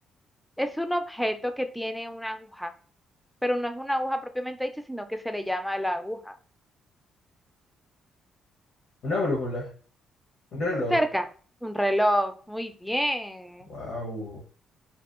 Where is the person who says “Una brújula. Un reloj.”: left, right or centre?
Left